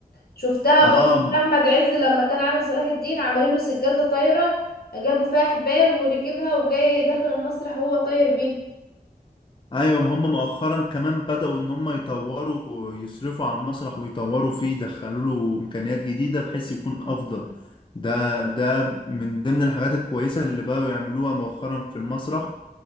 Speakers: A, on the left; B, on the left.
A: شفتها برضو
B: اه
A: في احمد عز لما كان عامل صلاح الدين عملوا له سجادة طايرة جابوا فيها حبال وركبها وجاي داخل المسرح وهو طاير بيه
B: ايوه ما هم مؤخرا كمان بدأوا ان هم يطوروا يصرفوا على المسرح ويطوروا فيه يدخلوا له امكانيات جديده بحيث يكون افضل ده ده من ضمن الحاجات الكويسه اللي بقوا يعملوها مؤخرا في المسرح